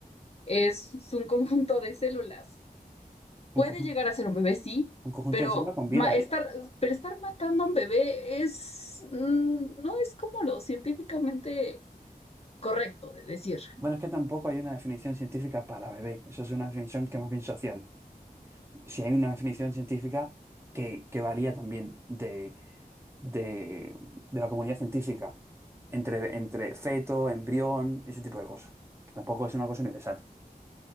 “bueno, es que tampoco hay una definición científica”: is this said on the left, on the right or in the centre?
Right